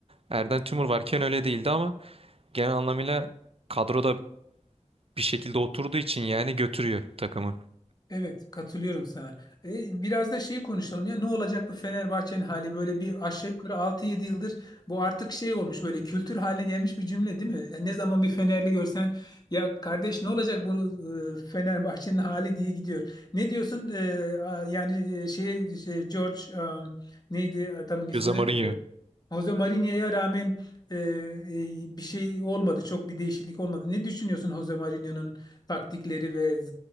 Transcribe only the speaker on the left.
Evet, katılıyorum sana. E, biraz da şeyi konuşalım ya. Ne olacak bu Fenerbahçe'nin hali? Böyle bir aşağı yukarı altı yedi yıldır bu artık şey olmuş böyle kültür haline gelmiş bir cümle değil mi? E, ne zaman bir Fenerli görsen ya kardeş ne olacak bu e, Fenerbahçe'nin hali diye gidiyor. Ne diyorsun? E, a- yani e, şeye şey, George um, neydi adamın ismi?
E, Jose Mourinho'ya rağmen e, e, bir şey olmadı. Çok bir değişiklik olmadı. Ne düşünüyorsun Jose Mourinho'nun taktikleri ve